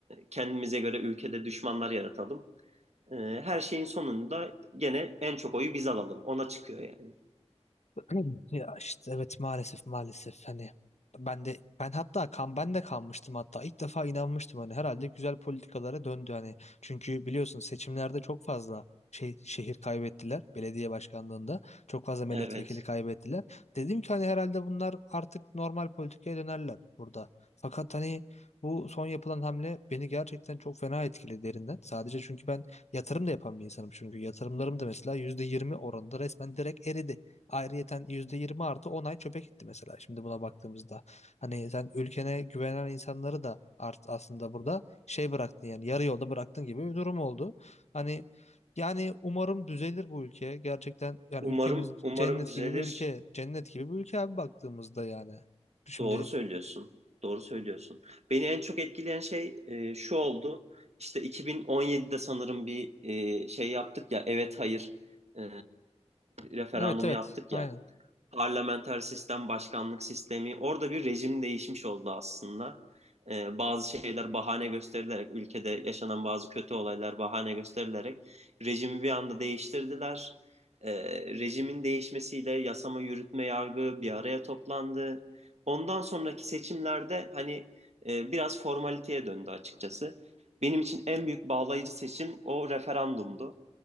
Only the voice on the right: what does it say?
kendimize göre ülkede düşmanlar yaratalım. E, her şeyin sonunda gene en çok oyu biz alalım. Ona çıkıyor yani.
Evet.
Umarım
umarım
düzelir.
Doğru söylüyorsun. Doğru söylüyorsun. Beni en çok etkileyen şey e, şu oldu. İşte 2017'de sanırım bir e, şey yaptık ya. Evet hayır e, referandumu
yaptık
ya. parlamenter sistem, başkanlık sistemi. Orada bir rejim değişmiş oldu aslında. Ee, bazı şeyler bahane gösterilerek, ülkede yaşanan bazı kötü olaylar bahane gösterilerek rejimi bir anda değiştirdiler. Ee, rejimin değişmesiyle yasama, yürütme, yargı bir araya toplandı. Ondan sonraki seçimlerde hani e, biraz formaliteye döndü açıkçası. Benim için en büyük bağlayıcı seçim o referandumdu